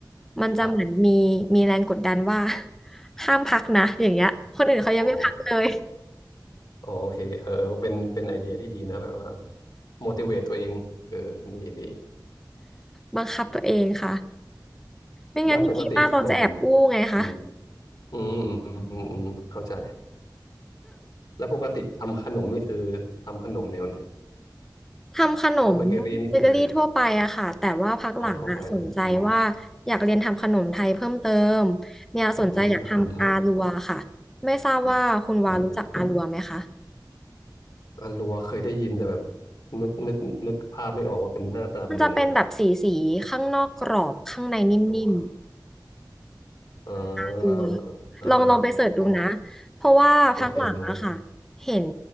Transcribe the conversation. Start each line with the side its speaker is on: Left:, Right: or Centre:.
Centre: มันจะเหมือนมีมีแรงกดดันว่า
Left: ครับ
Centre: <laughs> ห้ามพักนะอย่างเงี้ยคนอื่นเขายังไม่พักเลย
Left: อ๋ออ๋อโอเคเออเป็นเป็นไอเดียที่ดีนะแบบว่า motivate ตัวเองเออดีดี
Centre: บังคับตัวเองค่ะไม่งั้นอยู่ที่บ้านเราจะแอบอู้ไงคะ
Left: แล้วปกติขนมอืมอืมอืมอืมอืมเข้าใจ แล้วปกติทำขนมนี่คือทำขนมแนวไหน
Centre: ทำขนม
Left: พวกเบเกอรี่นี่คือ
Centre: เบเกอรี่ทั่วไปอะค่ะแต่ว่าพักหลังอะสนใจว่าอยากเรียนทำขนมไทยเพิ่มเติม
Left: อ๋อทั่วไปเลยอืม
Centre: เนี่ยสนใจอยากทำอาลัวค่ะไม่ทราบว่าคุณวารู้จักอาลัวไหมคะ
Left: อืมขนมไทยครับอารัวอารัวเคยได้ยินแต่แบบนึกนึกนึกภาพไม่ออกว่าเป็นหน้าตาเป็นยังไง
Centre: มันจะเป็นแบบสีสีข้างนอกกรอบข้างในนิ่ม
Left: อารัวอ่า
Centre: เออ
Left: อ่าอ่า
Centre: ลองลองไปเสิร์ชดูนะ
Left: พอ
Centre: เพราะว่าพักหลังอะค่ะ
Left: โอเคเนย
Centre: เห็น